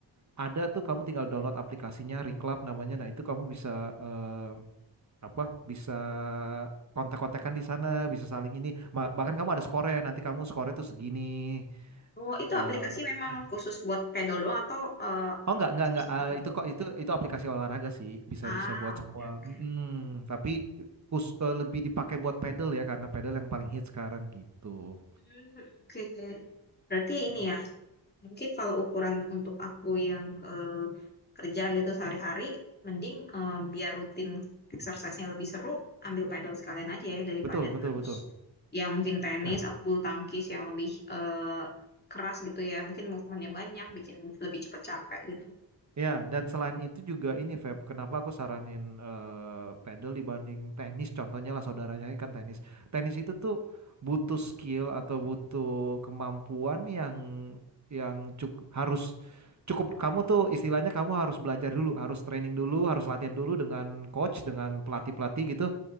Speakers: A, on the right; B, on the left.
A: ada tuh kamu tinggal download aplikasinya Reclub namanya. Nah, itu kamu bisa eh, apa? Bisa kontak-kontakan di sana, bisa saling ini. Ma- Bahkan kamu ada skornya, nanti kamu skornya tuh segini.
B: Oh, itu
A: Eh,
B: aplikasi memang
A: Ya.
B: khusus buat pedal doang atau eh,
A: oh enggak, enggak, enggak.
B: bisa
A: Ah,
B: pakai?
A: itu kok itu itu aplikasi olahraga sih, bisa-bisa
B: Ah,
A: buat semua.
B: oke oke.
A: Mm-mm. Tapi kus- eh, lebih dipakai buat pedal ya karena pedal yang paling hits sekarang gitu.
B: Hmm, oke. Berarti ini
A: Mm.
B: ya Mungkin kalau ukuran untuk aku yang eh, kerja gitu sehari-hari, mending eh, biar rutin exercise-nya lebih seru, ambil pedal sekalian aja ya daripada
A: Betul, betul,
B: harus
A: betul.
B: yang mungkin tenis
A: Ya.
B: atau bulu tangkis yang lebih eh, keras gitu ya. Mungkin movementnya banyak, bikin lebih cepat capek gitu.
A: Ya, dan selain itu juga ini Feb, kenapa aku saranin eh, pedal dibanding tenis? Contohnya lah saudaranya ini kan tenis. Tenis itu tuh butuh skill atau butuh kemampuan yang yang cuk harus cukup kamu tuh istilahnya kamu harus belajar dulu, harus training dulu, harus latihan dulu dengan coach, dengan pelatih-pelatih gitu,